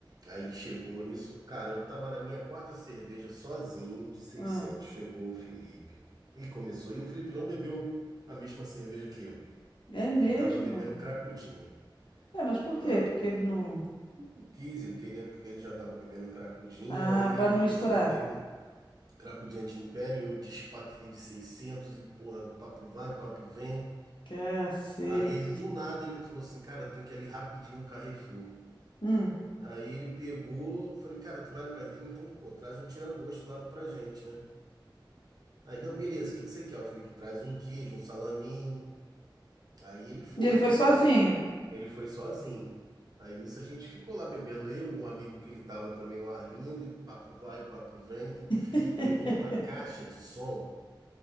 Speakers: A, on the right (about 50°); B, on the left (about 70°).
A: Aí ele chegou nisso. Cara, eu tava na minha quarta cerveja sozinho de seiscentos.
B: Ah,
A: Chegou o Felipe. E começou. E o Felipe não bebeu a mesma cerveja que eu.
B: é mesmo?
A: Ele tava bebendo cracudinha.
B: É, mas por quê?
A: Ah,
B: Porque ele não.
A: eu quis, ele queria, ele já tava bebendo cracudinha.
B: Ah,
A: Aí
B: pra
A: ele
B: não
A: começou
B: misturar.
A: a beber cracudinha de Império. Eu de Spaten de seiscentos E porra, papo vai, papo vem.
B: Cacete.
A: Aí ele, do nada, ele falou assim: Cara, eu tenho que ir ali rapidinho no Carrefour.
B: Hum.
A: Aí ele pegou, eu falei, cara, tu vai no Carrefour, então, pô, traz um tira-gosto lá pra gente, né? Aí, não, beleza, o que que você quer? Eu falei, traz um queijo, um salaminho. Aí ele foi,
B: E ele foi
A: nisso.
B: sozinho.
A: Ele foi sozinho. Aí nisso a gente ficou lá bebendo, eu, um amigo que ele tava também, o Arlindo, e papo vai, papo vem. O Felipe
B: <laughs>
A: levou uma caixa de som